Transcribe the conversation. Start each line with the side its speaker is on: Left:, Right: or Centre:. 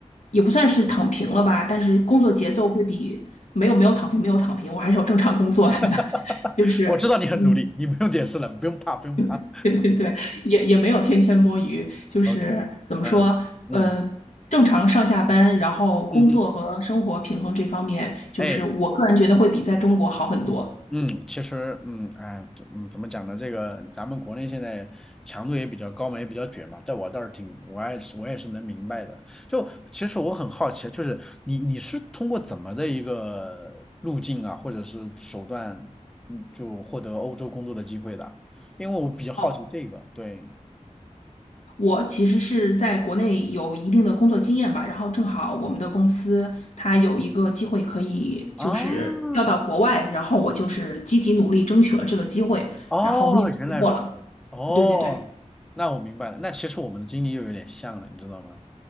Left: 也不算是躺平了吧，但是工作节奏会比没有没有躺平没有躺平，我还是有正常工作的，<laughs>
Centre: <laughs>
Left: 就是，
Centre: 我知道你很努力，
Left: 嗯，
Centre: 你不用解释了，不用怕不用怕
Left: <laughs> 对对对，也也没有天天摸鱼，就是怎么说，
Centre: ，OK，嗯嗯。
Left: 呃。正常上下班，然后工作和生活平衡这方面，
Centre: 嗯嗯，
Left: 就是我个人觉得会比在中国好很多。
Centre: 哎，嗯，其实，嗯，哎，怎嗯，怎么讲呢？这个咱们国内现在强度也比较高嘛，也比较卷嘛，在我倒是挺，我也是，我也是能明白的。就其实我很好奇，就是你你是通过怎么的一个路径啊，或者是手段，嗯，就获得欧洲工作的机会的？因为我比较好奇这个，
Left: 哦。
Centre: 对。
Left: 我其实是在国内有一定的工作经验吧，然后正好我们的公司它有一个机会可以就是调到国外，
Centre: 啊，
Left: 然后我就是积极努力争取了这个机会，
Centre: 哦，
Left: 然后面试过了。
Centre: 原来如此，哦，
Left: 对对对，
Centre: 那我明白了，那其实我们的经历又有点像了，你知道吗？